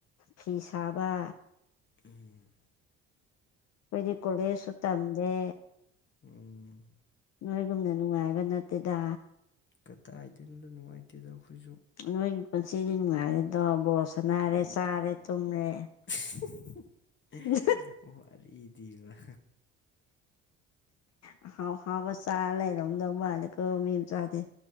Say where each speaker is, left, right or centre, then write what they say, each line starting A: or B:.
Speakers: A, on the left; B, on the left.
A: ꯐꯤ ꯁꯥꯕ
B: ꯎꯝ
A: ꯑꯈꯣꯏꯗꯤ ꯀꯣꯂꯦꯁꯁꯨ ꯇꯝꯗꯦ
B: ꯎꯝ
A: ꯅꯣꯏꯒꯨꯝꯅ ꯅꯨꯡꯉꯥꯏꯕ ꯅꯠꯇꯦꯗ
B: ꯀꯗꯥꯏꯗꯣꯏꯅꯣꯗ ꯅꯨꯡꯉꯥꯏꯇꯦꯗ ꯑꯩꯈꯣꯏꯁꯨ
A: ꯅꯣꯏꯒꯤ ꯄꯨꯟꯁꯤꯗꯤ ꯅꯨꯡꯉꯥꯏꯔꯦꯗꯣ ꯕꯣꯜ ꯁꯥꯟꯅꯔꯦ ꯆꯥꯔꯦ ꯇꯨꯝꯔꯦ
B: <unintelligible>
A: ꯎ
B: ꯋꯥꯔꯤꯗꯤꯕ
A: <inaudible> ꯑꯍꯥꯎ ꯑꯍꯥꯎꯕ ꯆꯥ ꯂꯩꯔꯝꯗꯧ ꯃꯥꯟꯂꯤꯀꯣ ꯃꯤ ꯃꯆꯥꯗꯤ